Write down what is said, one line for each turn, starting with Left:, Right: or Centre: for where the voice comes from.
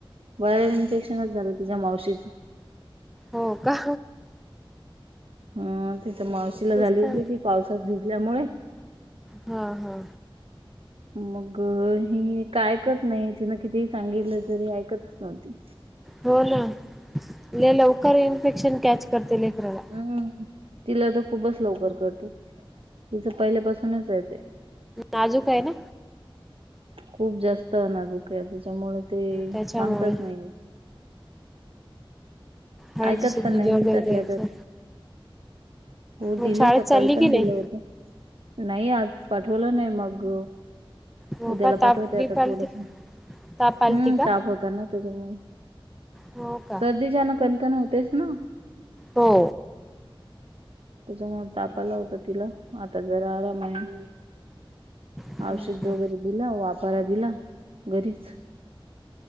Right: व्हायरल इन्फेक्शनच झालं, तिच्या मावशीचं.
Centre: हो का.
Right: अ तिच्या मावशीला
Centre: तेच
Right: झाली होती,
Centre: तर
Right: ती पावसात भिजल्यामुळे.
Centre: हा हा.
Right: मग हि काय ऐकत नाही, तिन कितीही सांगितलं, तरी ऐकतच नव्हती.
Centre: हो ना, लय लवकर इन्फेक्शन कॅच करते लेकराला.
Right: हम्म तिला तर खूपच लवकर करते. तिच पहिल्या पाासूनच आहे ते.
Centre: नाजूक आहे ना
Right: खूप जास्त- त नाजुक आहे, त्याच्यामुळे ते
Centre: त्याच्यामुळे
Right: सांगतच नाही.
Centre: हळदीचे
Right: ऐकत पण
Centre: दूध
Right: नाही
Centre: वगैरे
Right: ना, त्यातल्या
Centre: द्यायचं
Right: त्यात. हो
Centre: मग
Right: दिलं,
Centre: शाळेत
Right: सकाळी
Centre: चालली
Right: पण
Centre: की नाही
Right: दिलं होत. नाही आज पाठवलं नाही मग,
Centre: हो
Right: उद्याला
Centre: का
Right: पाठवते
Centre: ताप बीप
Right: आता
Centre: आलती
Right: थोडस.
Centre: ताप आलती
Right: हुं
Centre: का?
Right: ताप होता ना, त्याच्यामुळे.
Centre: हो का?
Right: सर्दीच्या नक- नव्हतेच ना.
Centre: हो.
Right: त्याच्यामुळे तापाला होत तिला, आता जरा आराम आहे.
Centre: हो
Right: औषध
Centre: का?
Right: वगैरे दिलं, वापारा दिला, घरीच.